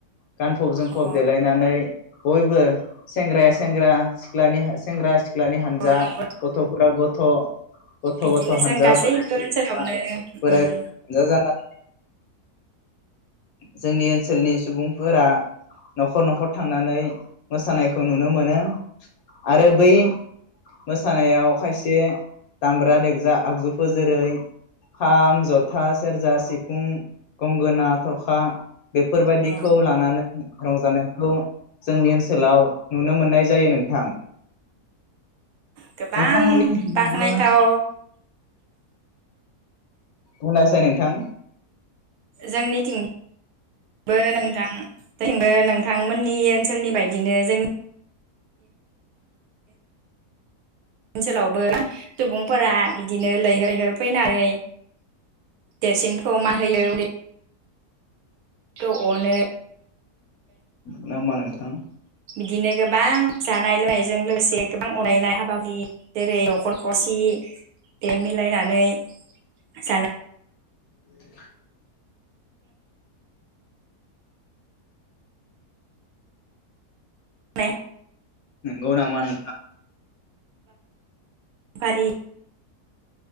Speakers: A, on the left (about 70°); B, on the right (about 70°).
A: गानफब जोमफब
B: अ
A: देलायनानै बयबो सेंग्राया सेंग्रा सिख्लानि सेंग्रा सिख्लानि
B: अ
A: जा
B: नंगौ
A: गथ'फोरा ग थ' गथ'
B: बिदिनो
A: गथ' हानजा
B: जों गासैबो
A: बोराइ बुरै
B: ओनसोलावनो
A: मोना बोराय
B: उम
A: बुरै हानजा जाना जोंनि ओनसोलनि सुबुंफोरा नखर नखर थांनानै मोसानायखौ नुनो मोनो आरो बै मोसानायाव खायसे दामग्रा देग्रा आगजुफोर जेरै खाम जथा सेरजा सिफुं गंगोना थरखा बेफोरबायदिखौ
B: अ
A: लानानै रंजानायखौ जोंनि ओनसोलाव नुनो मोननाय जायो नोंथां
B: गोबां
A: नोंथांमोननि ओनसोलावबो
B: बाख्नायथाव
A: बुंनासाय नोंथां
B: जोंनिथिंबो नोंथां नोंथांमोननि ओनसोलनि बायदिनो जोंनि ओनसोलावबो सुबुंफोरा बिदिनो लैहोर लैहोर फैनानै देरसिनखौ मान होयो उन्दै खौ अनो
A: होमबा नोंथां
B: बिदिनो गोबां जानाय लोंनायजों लोगोसे गोबां अनायनाय हाबाफारि जेरै नखर खसि बे मिलायनानै जानाय
A: <unintelligible>
B: <unintelligible>
A: नंगौ नामा नोंथां
B: फारि